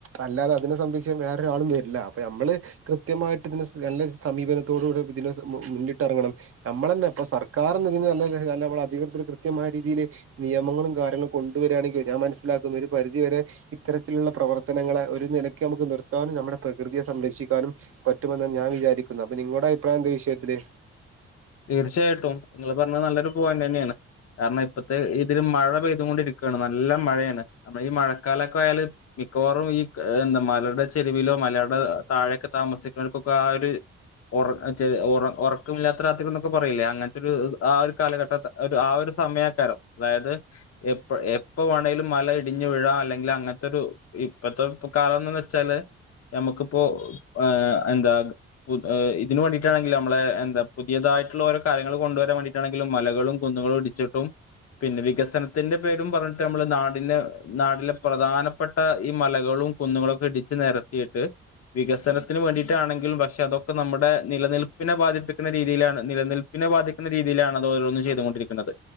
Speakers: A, on the right; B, on the left.
A: അല്ലാതെതിനെ സംരക്ഷിക്കാൻ വേറെ ആരും വരില്ല. നമ്മള് കൃത്യമായിട്ട് നല്ല സമീപനത്തോട കൂടെ. മുന്നിട്ടി ഇറങ്ങണം നമ്മള തന്നെ സർ കാരണം ഇതിന് നല്ല നമ്മൾ അധികൃതർ കൃയമായീതിയിലയില് നിയമങ്ങളും കാര്യങ്ങളും കൊണ്ടുവരിുകയാണെങ്കിൽ ഞാൻ <unintelligible> പരിധിവരെ ഇത്തരത്തിലുള്ള പ്രവർത്തനങ്ങളെ ഒരു നിലക്ക് നമുക്ക് നിർത്താനും നമ്മുടെ പ്രകൃതിയെ സംരക്ഷി. പറ്റുമെന്നാണ് ഞാൻ വിചാരിക്കുന്നത് അപ്പൊ നിങ്ങളുടെ അഭിപ്രായം എന്താ വിഷയത്തില്.
B: തീർച്ചയായിട്ടും നിങ്ങള് പറഞ്ഞത് നല്ലൊരു പോയിന്റ് തന്നേണ്. കാരണം ഇപ്പഴത്തെ ഇതില് മഴ പെയ്ത് കൊണ്ടിരിക്കുകയാണ് നല്ല മഴയാണ് നമ്മള് ഈ മഴക്കാലൊക്കെ ആയാല് മി മിക്കവാറും ഈ എന്താ മലയുടെ ചെരുവിലോ മലയുടെ താഴെയൊക്കെ താമസിക്കുന്നവർക്കൊക്കെ ആ ഒര് <unintelligible> <unintelligible> എന്നൊക്കെ പറയില്ലേ അങ്ങൻത്തെ ഒരു ആ ഒരു കാലഘട്ട ആ ഒരു സമയേക്കാരം അതായത് പ്പ എപ്പ വേണെലും മല ഇടിഞ്ഞു വീഴ അല്ലെങ്കിൽ അങ്ങൻത്തൊരു ഇപ്പത്തെ കാലംന്ന് വെച്ചാല് ഞമ്മക്കിപ്പോ ഏ എന്താ ഇതിന് വേണ്ടിട്ടാണെങ്കിൽ ഞമ്മളെ എ പുതിയതായിട്ടുള്ള ഓരോ കാര്യങ്ങള് കൊണ്ടുവരാൻവാണ്ടിട്ടാണങ്കിലും മലകളും കുന്നുകളും ഇടിച്ചിട്ടും പിന്നെ വികസനത്തിന്റെ ന്റെ പേരും പറഞ്ട്ട് നമ്മള് നാടിന്റെ നാട്ടിലെ പ്രധാനപ്പെട്ട ഈ മലകളും കുന്ന്കളൊക്കെ ഇടിച്ച് നെര രത്തിട്ട് വികസനത്തിന് വേണ്ടിട്ടാണെങ്കിലും പക്ഷെ അതൊക്കെ നമ്മുടെ നിലനിൽപ്പിനെ ബാധിപ്പി ക്കുന്ന രീതിലാണ് നിലനിൽപ്പിനെ ബാധിക്കുന്ന രീതിലാണ് അത് ഓരോന്നും ചെയ്തോണ്ടിരിക്കുന്നത്